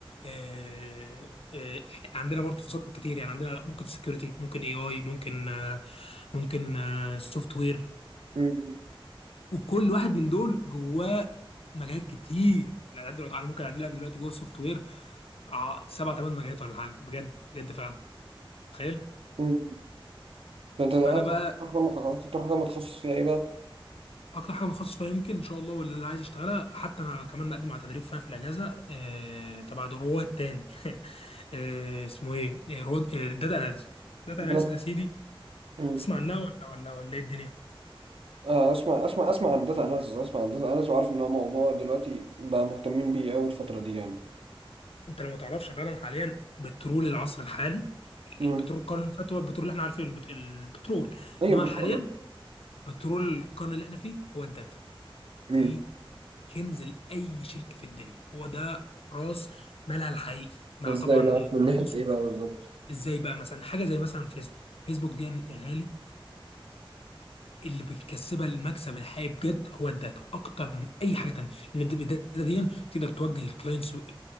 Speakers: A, on the left; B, on the right.
A: آه، آه، عندنا برضو تخصصات كتير يعني عندنا ممكن سكيورتي ممكن اي اي ممكن آه، ممكن سوفت وير
B: مم.
A: وكل واحد من دول جواه مجالات كتير لا دلوقتي انا ممكن اعدي لك دلوقتي جوه السوفت وير ع- سبع ثمان مجالات ولا حاجه بجد بجد فعلا تخيل
B: مم. ده انت
A: فانا
B: اكتر
A: بقى
B: أكتر ما اكتر حاجه متخصص فيها ايه بقى
A: اكتر حاجه متخصص فيها يمكن ان شاء الله واللي اللي عايز اشتغلها حتى انا كمان مقدم على تدريب فيها في الاجازه آه، تبع رواد تاني <laughs> آه، اسمه ايه آه، رواد داتا اناليسيس داتا
B: بلد
A: اناليسيس يا سيدي
B: امم
A: تسمع عنها ولا ولا ولا ايه الدنيا
B: آه اسمع اسمع اسمع عن داتا اناليسز اسمع عن داتا اناليسز وعارف ان هو موضوع دلوقتي بقى مهتمين بيه قوي الفتره دي يعني
A: انت لو ما تعرفش فعلا حاليا بترول العصر الحالي
B: امم
A: بترول القرن اللي فات هو البترول اللي احنا عارفينه البت- البترول
B: هي
A: انما
B: البترول
A: حاليا
B: لا
A: بترول القرن اللي احنا فيه هو الداتا دي
B: امم
A: كنز لاي شركه في الدنيا هو ده راس مالها الحقيقي مع
B: ازاي
A: طبعا
B: بقى
A: الفلوس
B: من ناحيه ايه بقى بالظبط
A: ازاي بقى مثلا حاجه زي مثلا فيسبوك فيسبوك دي يا غالي اللي بيكسبها المكسب الحقيقي بجد هو الداتا اكتر من اي حاجه تانية لان الد- الداتا دي تقدر توجه الكلاينتس